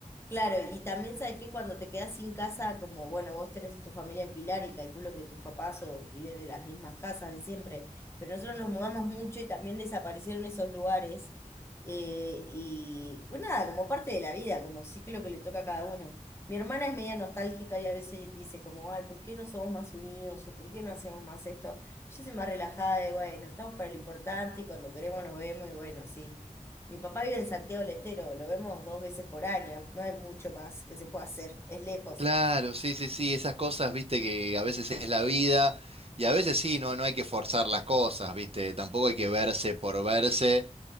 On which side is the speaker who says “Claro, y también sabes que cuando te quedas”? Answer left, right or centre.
Left